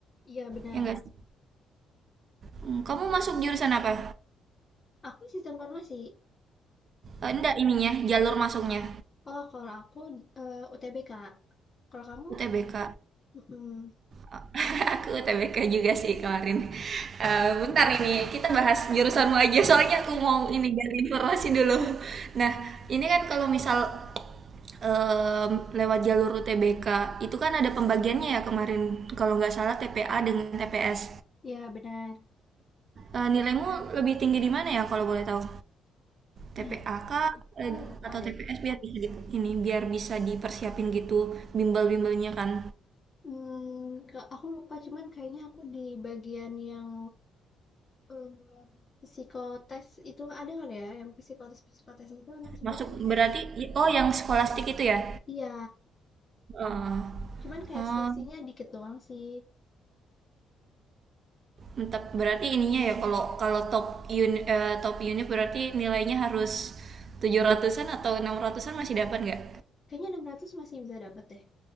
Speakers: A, on the left; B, on the right.
A: Iya benar.
B: Ya enggak sih? Hmm, Kamu masuk jurusan apa?
A: Aku sistem farmasi.
B: Eh, enggak ininya, jalur masuknya
A: Oh kalau aku eh, UTBK. Kalau kamu,
B: UTBK.
A: mm
B: <laughs> aku UTBK juga sih kemarin. Eh, bentar ini kita bahas jurusanmu aja soalnya aku mau ini gali informasi dulu. Nah, ini kan kalau misal em, lewat jalur UTBK itu kan ada pembagiannya ya kemarin kalau nggak salah TPA dengan TPS.
A: Ya <laughs> benar.
B: Eh, nilaimu lebih tinggi di mana ya kalau boleh tahu? TPA
A: Nah
B: kah
A: aku
B: eh,
A: lupa
B: atau
A: deh.
B: TPS biar bisa di- ini biar bisa dipersiapin gitu bimbel-bimbelnya kan.
A: Hmm, ke- aku lupa cuman kayaknya aku di bagian yang Eee, psikotes itu ada nggak ya, yang psikotes-psikotes itu na sebutannya
B: Masuk
A: apa
B: berarti
A: ya?
B: oh yang skolastik itu ya?
A: Iya,
B: Heeh.
A: cuman kayak
B: Oh,
A: selisihnya dikit doang sih.
B: mantap. Berarti ininya ya kalau kalau top uni, eh, top unit berarti nilainya harus 700-an atau enam ratusan masih dapat nggak?
A: Kayaknya 600 masih bisa dapat deh,